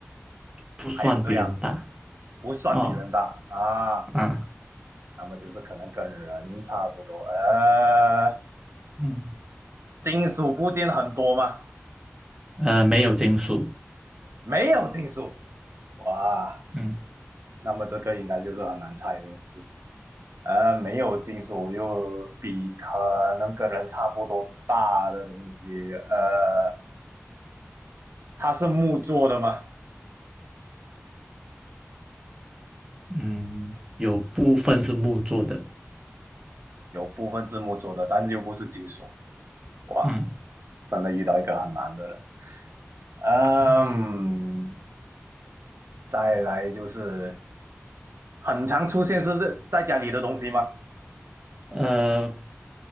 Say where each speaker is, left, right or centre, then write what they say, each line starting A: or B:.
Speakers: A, on the right; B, on the right.
A: 不算比人大。
B: 还有这样不算比人大啊，
A: 哦啊，
B: 那么就是可能跟人差不多。呃，
A: 嗯，
B: 金属部件很多吗？
A: 呃，没有金属，
B: 没有金属，哇，
A: 嗯
B: 那么这个应该就是很难猜的东西。呃，没有金属又比可能跟人差不多大的东西，呃，它是木做的吗？
A: 嗯，有部分是木做的，
B: 有部分字幕做的，但是又不是金属，哇，
A: 嗯
B: 真的遇到一个很难的了。嗯，
A: 嗯，
B: 再来就是很常出现是在在家里的东西吗？
A: 呃，